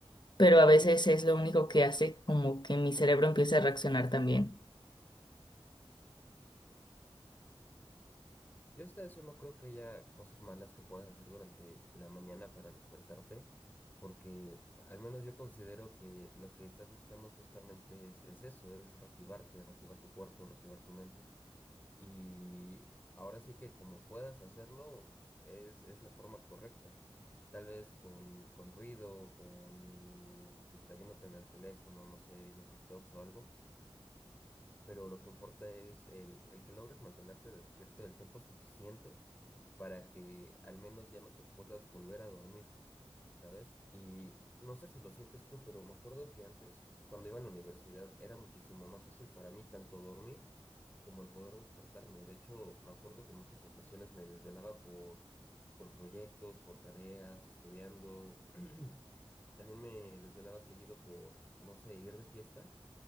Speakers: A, on the left; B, on the left.
A: Pero a veces es lo único que hace como que mi cerebro empiece a reaccionar también.
B: Yo hasta eso no creo que haya cosas malas que puedas hacer durante la mañana para despertarte, porque al menos yo considero que lo que estás buscando justamente es, es eso, es reactivarte, reactivar tu cuerpo, reactivar tu mente. Y ahora sí que como puedas hacerlo, es, es la forma correcta. Tal vez con, con ruido, con distrayéndote en el teléfono, no sé, viendo TikToks o algo pero lo que importa es el, el que logres mantenerte despierto el tiempo suficiente para que al menos ya no te puedas volver a dormir, ¿sabes? Y no sé si lo sientes tú, pero me acuerdo que antes, cuando iba a la universidad, era muchísimo más fácil para mí tanto dormir como el poder despertarme. De hecho, me acuerdo que en muchas ocasiones me desvelaba por, por proyectos, por tareas, estudiando. <clears throat> También me desvelaba seguido por, no sé, ir de fiesta